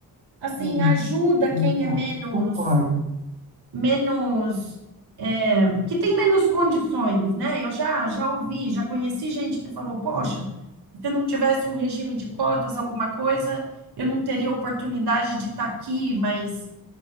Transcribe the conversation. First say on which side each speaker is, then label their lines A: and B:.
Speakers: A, on the right; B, on the right.
A: assim
B: sim,
A: ajuda
B: também
A: quem é
B: acho.
A: menos
B: Concordo.
A: menos é, que tem menos condições, né? Eu já já ouvi, já conheci gente que falou, poxa, se eu não tivesse um regime de cotas, alguma coisa, eu não teria oportunidade de estar aqui, mas